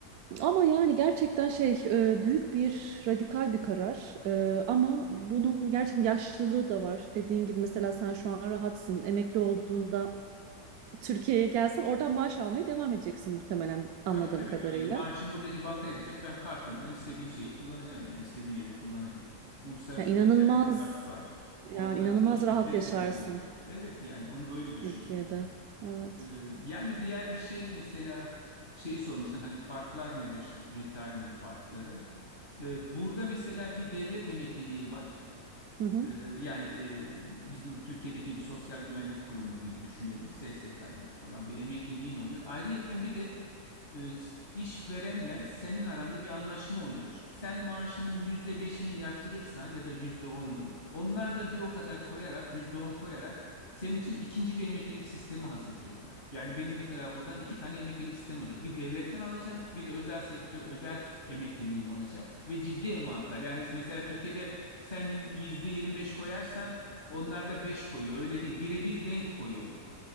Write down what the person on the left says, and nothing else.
Tabii tabii
öyle. Maaşım buradaki banka yatacak. Ben kartımdan istediğim şeyi kullanacağım. Yani istediğim yere kullanabilirim. Uluslararası
geçerli bir kart var.
Onunla
hiç
ücret
bile ödemiyorsun. Evet yani onu öyle düşünüyorum
ben.
Ee, yani diğer bir şey mesela şeyi sormuştun hani farklar nedir? Retirement farkları. Ee, burada mesela bir devlet emekliliği var.
Ee, yani e, bizim Türkiye'deki bir sosyal güvenlik kurumu gibi düşünelim. SSK gibi falan bir emekliliğin oluyor. Ayrıyetten bir de e, işverenle senin aranda bir anlaşma oluyor. Sen maaşının yüzde beşini yatırırsan ya da yüzde onunu, onlar da bir o kadar koyarak yüzde on koyarak senin için ikinci bir emeklilik sistemi hazırlıyorlar. Yani benim mesela buradan iki tane emeklilik sistemi olacak. Bir devletten alacağım, bir de özel sektör, özel emekliliğim olacak ve ciddi emalatlar. Yani mesela Türkiye'de sen yüzde yirmi beş koyarsan onlar da beş koyuyor. Öyle değil, birebir denk koyuyorlar.